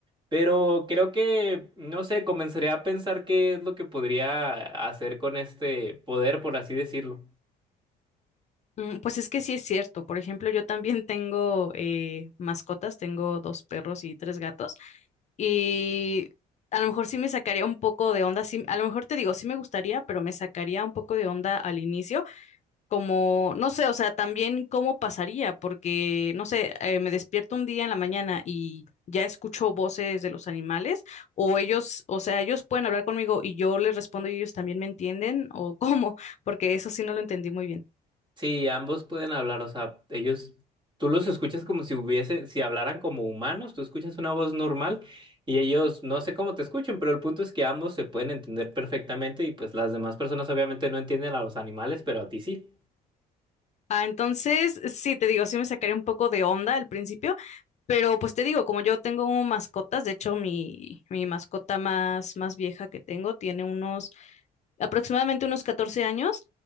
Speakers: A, on the right; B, on the left.
A: Pero creo que, no sé, comenzaría a pensar qué es lo que podría hacer con este poder, por así decirlo.
B: Mm, pues es que sí es cierto. Por ejemplo, yo también tengo eh, mascotas, tengo dos perros y tres gatos. Y a lo mejor sí me sacaría un poco de onda, sí, a lo mejor te digo, sí me gustaría, pero me sacaría un poco de onda al inicio, como, no sé, o sea, también cómo pasaría, porque, no sé, eh, me despierto un día en la mañana y ya escucho voces de los animales, o ellos, o sea, ellos pueden hablar conmigo y yo les respondo y ellos también me entienden, o <laughs> cómo, porque eso sí no lo entendí muy bien.
A: Sí, ambos pueden hablar, o sea, ellos, tú los escuchas como si hubiese, si hablaran como humanos, tú escuchas una voz normal y ellos, no sé cómo te escuchan, pero el punto es que ambos se pueden entender perfectamente y pues las demás personas obviamente no entienden a los animales, pero a ti sí.
B: Ah, entonces, sí, te digo, sí me sacaría un poco de onda al principio Pero pues te digo, como yo tengo mascotas, de hecho mi, mi mascota más, más vieja que tengo tiene unos aproximadamente unos 14 años,